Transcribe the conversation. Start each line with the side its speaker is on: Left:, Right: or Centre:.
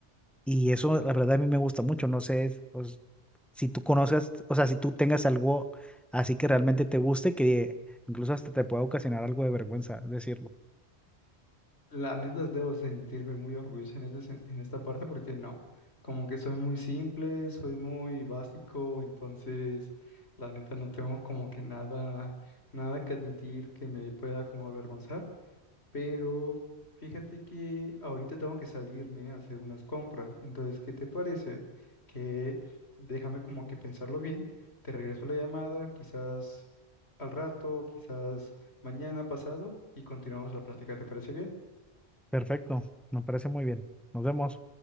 Centre: Y eso la verdad a mí me gusta mucho, no sé, pues, si tú conozcas o sea, si tú tengas algo así que realmente te guste, que incluso hasta te pueda ocasionar algo de vergüenza decirlo.
Left: La neta, debo sentirme muy orgulloso en, este sen- en esta parte porque no, como que soy muy simple, soy muy básico, entonces la neta no tengo como que nada, nada que admitir que me pueda como avergonzar, pero fíjate que ahorita tengo que salirme a hacer unas compras, entonces, ¿qué te parece? Que déjame como que pensarlo bien, te regreso la llamada, quizás al rato, quizás mañana pasado y continuamos la plática, ¿te parece bien?
Centre: Perfecto, me parece muy bien. Nos vemos.